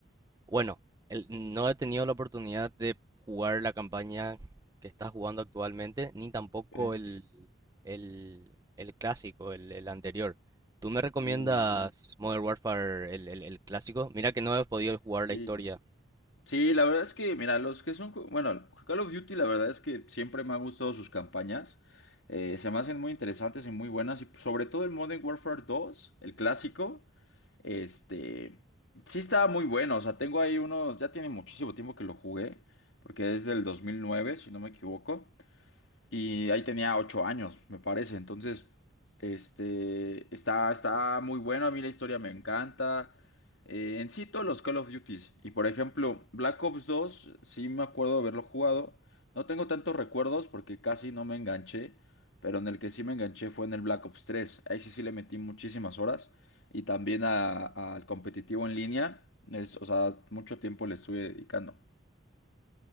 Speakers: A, on the right; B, on the left.
A: Bueno, el- no he tenido la oportunidad de jugar la campaña que está jugando actualmente, ni tampoco
B: ok.
A: el, el, el clásico, el, el anterior. ¿Tú me recomiendas
B: Uh,
A: Modern Warfare, el, el- el clásico? Mira que no he podido
B: sí.
A: jugar la historia.
B: Sí, la verdad es que, mira, los que son, bueno, Call of Duty, la verdad es que siempre me han gustado sus campañas. Eh, se me hacen muy interesantes y muy buenas. Y sobre todo el Modern Warfare dos, el clásico, este, sí está muy bueno. O sea, tengo ahí unos, ya tiene muchísimo tiempo que lo jugué, porque es del 2009, si no me equivoco y ahí tenía ocho años, me parece. Entonces, este, está, está muy bueno, a mí la historia me encanta. Eh, en sí, todos los Call of Duties. Y por ejemplo, Black Ops dos sí me acuerdo de haberlo jugado. No tengo tantos recuerdos porque casi no me enganché, pero en el que sí me enganché fue en el Black Ops tres Ahí sí sí le metí muchísimas horas. Y también a- al competitivo en línea, es, o sea, mucho tiempo le estuve dedicando.